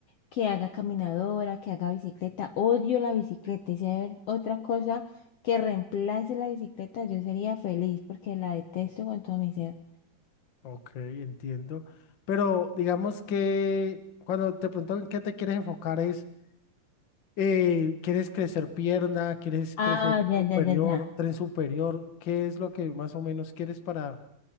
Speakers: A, on the left; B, on the left.
A: que haga caminadora, que haga bicicleta. Odio la bicicleta. Y si hay otra cosa que reemplace la bicicleta, yo sería feliz porque la detesto con todo mi ser.
B: ok, entiendo. Pero digamos que cuando te pregunto en qué te quieres enfocar es, eh, ¿quieres crecer pierna? ¿Quieres crecer
A: Ah, ya,
B: superior,
A: ya, ya, ya.
B: tren superior? ¿Qué es lo que más o menos quieres para...